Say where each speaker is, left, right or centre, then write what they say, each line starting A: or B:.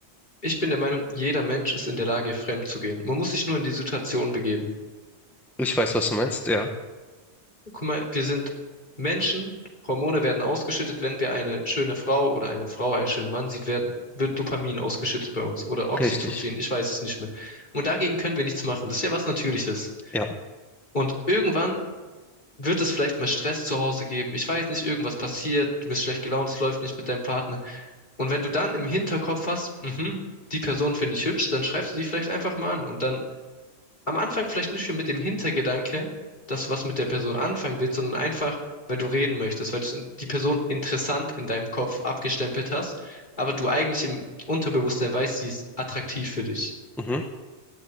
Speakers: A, on the left (about 45°); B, in the centre.
A: ich bin der Meinung, jeder Mensch ist in der Lage, fremd zu gehen. Man muss sich nur in die Situation begeben.
B: ich weiß, was du meinst, ja.
A: Guck mal, wir sind Menschen, Hormone werden ausgeschüttet, wenn wir eine schöne Frau oder eine Frau einen schönen Mann sieht, werden, wird Dopamin ausgeschüttet bei uns oder Oxytocin,
B: Richtig.
A: ich weiß es nicht mehr. Und dagegen können wir nichts machen. Das ist ja was Natürliches.
B: Ja.
A: Und irgendwann Wird es vielleicht mal Stress zu Hause geben? Ich weiß nicht, irgendwas passiert, du bist schlecht gelaunt, es läuft nicht mit deinem Partner. Und wenn du dann im Hinterkopf hast, mhm, die Person finde ich hübsch, dann schreibst du die vielleicht einfach mal an. Und dann am Anfang vielleicht nicht mehr mit dem Hintergedanke, dass du was mit der Person anfangen willst, sondern einfach, weil du reden möchtest, weil du es in- die Person interessant in deinem Kopf abgestempelt hast, aber du eigentlich im Unterbewusstsein weißt, sie ist attraktiv für dich.
B: Mhm,